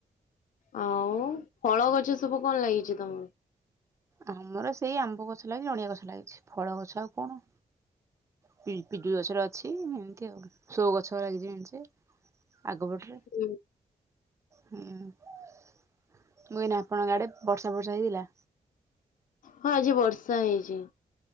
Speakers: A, on the left; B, on the right.
A: ଆଉ ଫଳ ଗଛ ସବୁ କଣ ଲାଗିଛି ତୋମର?
B: ଆମର ସେଇ ଆମ୍ବ ଗଛ ଲାଗିଛି, ନଡିଆ ଗଛ ଲାଗିଛି ଫଳ ଗଛ ଆଉ କଣ। ପି -ପିଜୁଳି ଗଛର ଅଛି ଏମତି ଆଉ ସୋ ଗଛ ଲାଗିଛି ମେଞ୍ଚେ। ଆଗ ପଟରେ।
A: ହୁଁ,
B: ହୁଁ, ମୁଁ କଇନି ଆପଣଙ୍କ ଆଡ଼େ ବର୍ଷା ବର୍ଷା ହେଇଥିଲା?
A: ହଁ ଆଜି ବର୍ଷା ହେଇଛି।